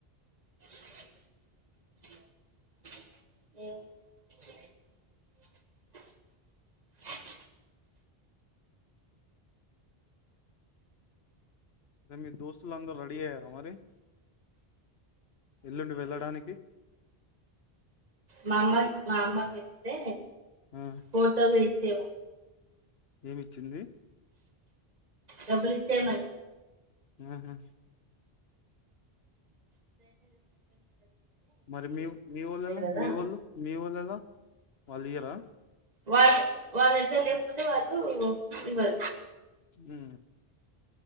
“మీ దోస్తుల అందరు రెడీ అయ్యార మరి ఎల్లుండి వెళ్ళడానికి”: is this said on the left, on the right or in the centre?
Left